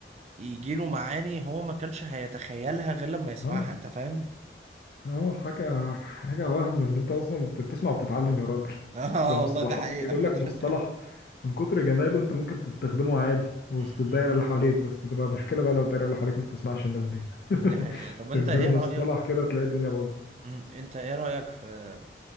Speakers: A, on the right; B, on the left.
A: يجيله معاني هو ما كانش هيتخيلها غير لما يسمعها
B: اه
A: انت فاهم
B: اه حاجة
A: <laughs>
B: حاجة وهم ان انت اصلا انت بتسمع وبتتعلم يا راجل
A: اه
B: كمصطلحات
A: والله ده حقيقة
B: اه بيقول
A: فعلا
B: لك مصطلح من كتر جماله انت ممكن تستخدمه عادي وسط
A: <laughs>
B: الدايرة
A: امم
B: اللي حواليك بس تبقى مشكلة بقى لو الدايرة اللي حواليك ما بتسمعش الناس دي
A: ده حقيقة
B: <laughs>
A: طب
B: ترمي
A: انت ايه
B: له مصطلح
A: رأيك
B: كده تلاقي الدنيا باظت
A: امم، انت ايه رأيك في